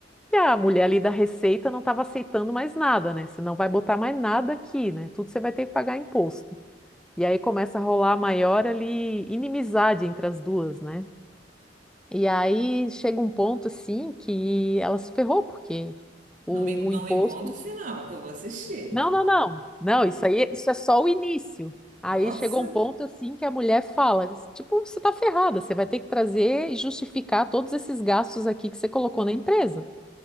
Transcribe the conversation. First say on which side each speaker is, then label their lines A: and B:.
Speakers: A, in the centre; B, on the right.
A: E a mulher ali da Receita não estava aceitando mais nada, né? Você não vai botar mais nada aqui, né? Tudo você vai ter que pagar imposto. E aí começa a rolar a maior ali inimizade entre as duas, né? E aí chega um ponto assim que ela se ferrou, porque o
B: Não me, não
A: imposto
B: me conta o final, que eu vou assistir.
A: Não, não, não. Não, isso aí, isso é só o início. Aí
B: Nossa.
A: chegou um ponto assim que a mulher fala, tipo, você tá ferrada, você vai ter que trazer e justificar todos esses gastos aqui que você colocou na empresa.